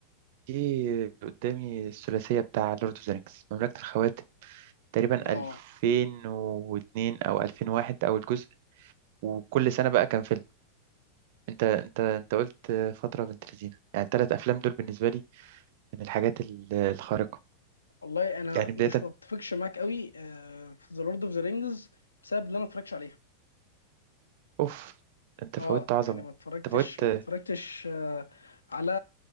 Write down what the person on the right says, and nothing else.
جه قدامي الثلاثيه بتاع لورد اوف ذا رينجز مملكه الخواتم تقريبا
2002 او 2001 اول جزء وكل سنه بقى كان فيلم انت انت انت قلت فتره بنت لذينه يعني الثلاث افلام دول بالنسبه لي من الحاجات ال- الخارقه
يعني بدايه
اوف انت
فوتت عظمه
انت فوتت